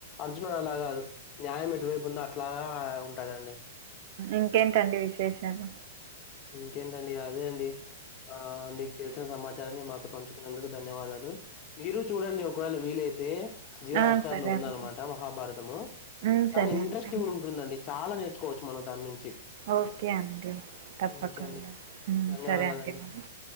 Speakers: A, on the left; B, on the right.
A: అర్జునుడు అలా కాదు న్యాయం ఎటువైపు ఉందో అట్లాగా ఉంటాడండి
B: ఇంకేంటండి విశేషాలు
A: ఇంకేంటండి అదే అండి ఆ మీకు తెలిసిన సమాచారాన్ని మాతో పంచుకునందుకు ధన్యవాదాలు మీరు చూడండి ఒకవేళ వీలైతే జియో
B: ఆ,
A: హాట్స్టార్
B: సరే
A: లో ఉందనమాట
B: అండి
A: మహాభారతము
B: ఉమ్
A: చాలా
B: సరే
A: ఇంట్రెస్టింగ్
B: అండి
A: ఉంటుందండి చాలా నేర్చుకోవచ్చు మనం దాని నుంచి
B: ఓకే అండి తప్పకుండా
A: ఓకే అండి
B: మ్
A: ధన్యవాదాలండి
B: సరే అండి మరి